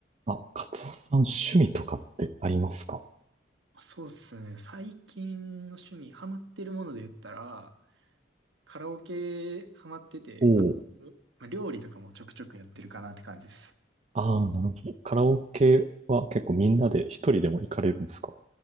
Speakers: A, on the right; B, on the right.
A: あ、カツオさん趣味とかってありますか
B: あそうですね。最近の趣味、ハマってるもので言ったら、カラオケハマってて、
A: おおー。
B: あと、まあ、料理とかもちょくちょくやってるかなって感じです。
A: ああ、なるほど。カラオケは結構みんなで一人でも行かれるんですか